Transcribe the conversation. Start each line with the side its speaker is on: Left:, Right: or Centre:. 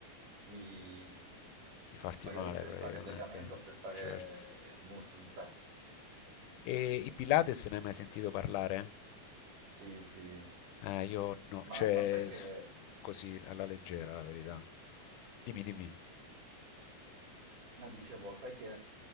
Right: di
Left: di farti
Right: magari
Left: male
Right: stressare
Left: praticamente,
Right: il legamento
Left: eh.
Right: o stressare
Left: certo.
Right: il muscolo in sé.
Left: E i Pilates ne hai mai sentito parlare?
Right: Sì, sì.
Left: Eh, io no,
Right: Ma,
Left: cioè
Right: ma sai che,
Left: così alla leggera la verità. Dimmi, dimmi,
Right: no, dicevo, sai che